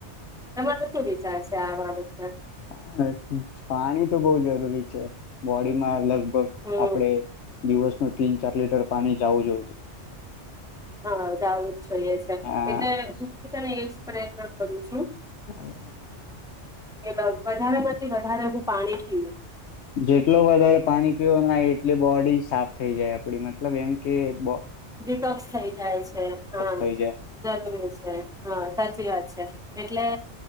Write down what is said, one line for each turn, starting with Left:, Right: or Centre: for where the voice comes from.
Centre: તમારો શું વિચાર શ ચા વા ઉપર
Left: આહ <inaudible> પાણી તો બહુ જરૂરી છે. બોડીમાં, મતલબ તો
Centre: હમ
Left: આપડે દિવસ ના, તીન ચાર લીટર પાણી, જાવું જોય જે.
Centre: હા, જવું જ જોઈએ છે,
Left: હા
Centre: એટલે <inaudible> પ્રયત્ન કરું છું.
Left: હાલ
Centre: એ, વાવ વધારે માંથી વધારે નું પાણી પીઉં.
Left: જેટલો વધારે પાણી પીવ ના એટલી બોડી સાફ થઈ જાય, આપડી મતલબ એમ કે બો
Centre: વિપક્ષ થઈ જાય છે. હા
Left: થઈ જાય.
Centre: જરૂરી છે, હા સાચી વાત છે, એટલે